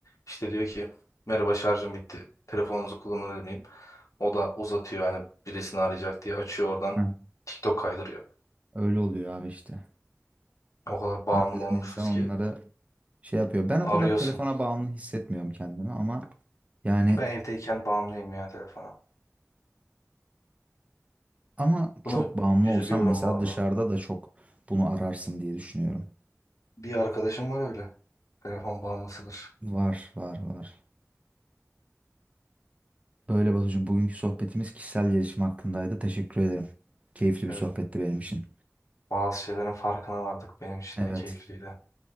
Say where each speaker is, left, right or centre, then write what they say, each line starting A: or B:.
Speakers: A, on the left; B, on the right.
A: İşte diyor ki merhaba şarjım bitti. Telefonunuzu kullanabilir miyim? O da uzatıyor hani birisini arayacak diye açıyor oradan
B: Hı.
A: TikTok kaydırıyor.
B: Öyle oluyor abi işte.
A: O kadar bağımlı
B: Harbiden
A: olmuşuz
B: insan
A: ki
B: onları şey yapıyor. Ben o
A: arıyorsun.
B: kadar telefona bağımlı hissetmiyorum kendimi ama yani
A: Ben evdeyken bağımlıyım ya telefona.
B: ama çok
A: Bunu
B: bağımlı
A: üzülüyorum
B: olsam mesela
A: bu arada.
B: dışarıda da çok bunu ararsın diye düşünüyorum.
A: Bir arkadaşım var öyle. Telefon bağımlısıdır.
B: Var, var, var. Böyle Batucuğum bugünkü sohbetimiz kişisel gelişim hakkındaydı. Teşekkür ederim. Keyifli bir
A: Evet.
B: sohbetti benim için.
A: Bazı şeylerin farkına vardık. Benim için
B: Evet.
A: de keyifliydi.